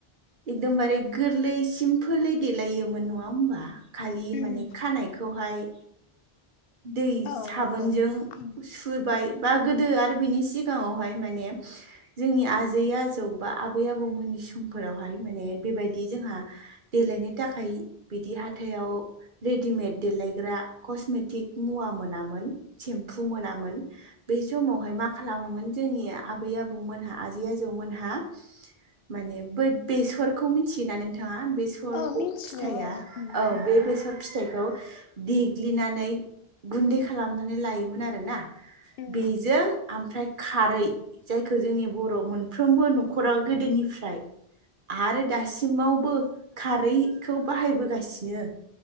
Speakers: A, on the right; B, on the left.
A: एकदमबारे गोरलै सिमपोलै देलायोमोन नङा होमबा खालि
B: उम
A: माने खानायखौहाय दै
B: औ
A: साबोनजों
B: नंगौ उम
A: सुबाय बा गोदो आरो बिनि सिगाङावहाय माने जोंनि आजै आजौ बा आबै आबौमोननि समफोरावहाय माने बेबायदि जोंहा देलायनो थाखाय बिदि हााइाव रेडिमेड देलायग्रा कसमेटिक मुवा मोनामोन सेम्फु मोनामोन बै समावहाय मा खालामोमोन जोंनि आबै आबौमोनहा आजै आजौमोनहा माने बै बेसरखौ मिथियोना नोंथाङा बेसर
B: औ
A: बेर
B: मिन्थिगौ
A: फिथाइआ
B: औ उम
A: औ
B: उम
A: बे बेसर फिथाइखौ देग्लिनानै गुन्दै खालामनानै लायोमोन आरो ना
B: उम
A: बेजों ओमफ्राय खारै जायखौ जोंनि बर' मोनफ्रोमबो न'खराव गोदोनिफ्राय आरो दासिमावबो खारैखौ बाहायबोगासिनो